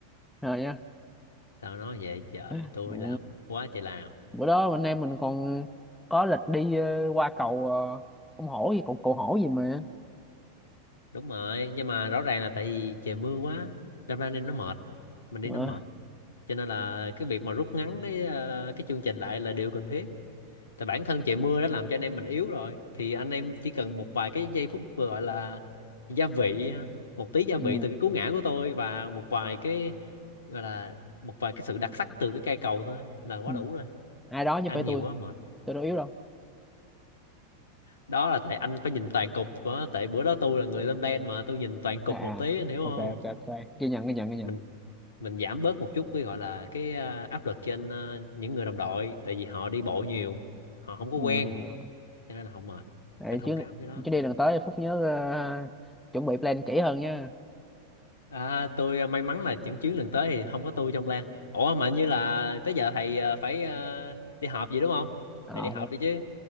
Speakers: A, in the centre; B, on the left (about 70°).
A: rồi nhá
B: sao nói vậy trời
A: <laughs>
B: tôi
A: ừ.
B: làm quá trời làm
A: bữa đó anh em mình còn có lịch đi ờ, qua cầu ờ, con hổ gì cầu cầu hổ gì mà
B: đúng rồi nhưng mà rõ ràng là tại vì trời mưa quá đâm ra anh em nó mệt mình đi
A: Ờ,
B: nó mệt cho nên là cái việc mà rút ngắn cái ờ, cái chương trình lại là điều cần thiết tại bản thân trời mưa đã làm cho anh em mình yếu rồi thì anh em chỉ cần một vài cái giây phút vừa gọi là gia vị một tí gia
A: ừ.
B: vị từ cái cú ngã của tôi và một vài cái gọi là một vài cái sự đặc sắc từ cái cây cầu thôi là quá
A: Ừ.
B: đủ rồi
A: ai đó chứ
B: ăn
A: phải
B: nhiều
A: tôi
B: quá mệt
A: tôi đâu yếu đâu
B: đó là tại anh phải nhìn toàn cục của tại bữa đó tôi là người lên đen mà tôi nhìn toàn cục
A: à à,
B: một tí anh hiểu
A: ok
B: không
A: ok ok ghi nhận ghi nhận ghi nhận
B: mình mình giảm bớt một chút cái gọi là cái à, áp lực trên à, những người đồng đội tại vì họ đi bộ nhiều họ không có
A: ừ.
B: quen cho nên là họ mệt
A: để
B: phải thông
A: chứ
B: cảm cái đó
A: chứ đi lần tới Phúc nhớ ờ, chuẩn bị plan kỹ hơn nha
B: à, tôi à, may mắn là những chuyến lần tới thì không có tôi trong Lan ủa mà hình như là tới giờ thầy à, phải à, đi họp gì đúng không
A: ờ
B: thầy đi họp đi chứ